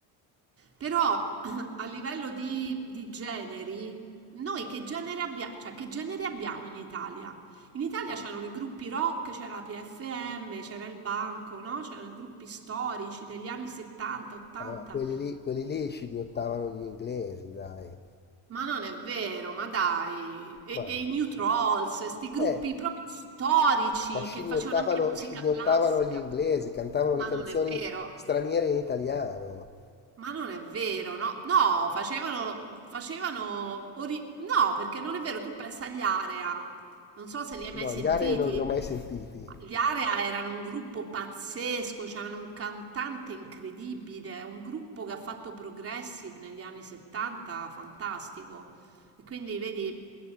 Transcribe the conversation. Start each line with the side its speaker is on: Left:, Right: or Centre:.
Right: Però <clears throat> a livello di, di generi, noi che genere abbiamo, cioè che genere abbiamo in Italia? In Italia c'erano i gruppi rock, c'era la PFM, c'era il Banco, no? C'erano i gruppi storici degli anni 70, 80.
Left: Eh, quelli lì, quelli lì scimmiottavano gli inglesi, dai.
Right: Ma non è vero, ma dai. E,
Left: Ma
Right: e
Left: no.
Right: i New Trolls, questi gruppi
Left: Eh,
Right: proprio storici
Left: ma scimmiottavano,
Right: che facevano anche musica
Left: scimmiottavano
Right: classica.
Left: gli inglesi, cantavano
Right: Ma
Left: le canzoni
Right: non è vero.
Left: straniere in italiano.
Right: Ma non è vero, no? No, facevano, facevano, ori- no, perché non è vero, tu pensa agli Area, non so se li hai mai
Left: No,
Right: sentiti.
Left: gli aree non li ho mai sentiti.
Right: Gli Area erano un gruppo pazzesco, c'erano un cantante incredibile, un gruppo che ha fatto progressive negli anni 70, fantastico. E quindi vedi,